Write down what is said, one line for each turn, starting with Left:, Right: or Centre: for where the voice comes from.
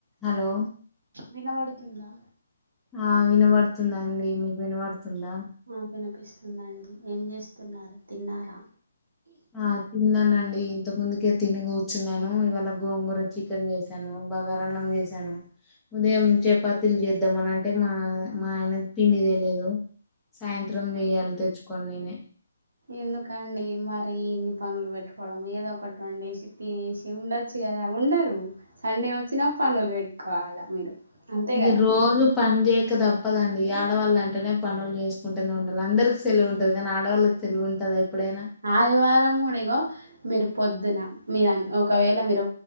Centre: Hello
Right: వినబడుతుందా
Centre: ఆ వినబడుతుండి అండి మీకు వినబడుతుందా
Right: ఆ వినపిస్తుందండి ఏం చేస్తున్నారు తిన్నారా
Centre: ఆ తిన్నానండి ఇంత ముందుకే తిని కూర్చున్నాను ఇవాళ గోంగూర చ్ చికెన్ చేసాను బాగార అన్నం చేసాను ఉదయం చపాతీల్ చేద్దాంమని అంటే మా మా ఆయన పిండి తేలేదు సాయంత్రం
Right: ఆ
Centre: చెయ్యాలి తెచ్చుకోని నేనే
Right: ఎందుకండి మరి ఇన్ని పనులు వెట్టుకోడం ఏదో ఒకటి ఒండేసి తినేసి ఉండచ్ చుకదా ఉండరు సండే ఓచ్చినా పనులు వేట్టుకోవాలా మీరు అంతే
Centre: ఈ
Right: కదా
Centre: రోజు పని చేయక తప్పదండి ఆడవాళ్ళు అంటేనే పనులు చేసుకుంటేనే ఉండాలి అందరికి సెలివు ఉంటది కానీ ఆడవాళ్ళకి సెలవు ఉంటదా ఎప్పుడైనా
Right: ఆదివారం కూడా ఇగో మీరు పొద్దున మీరన్ ఒకవేళ మీరు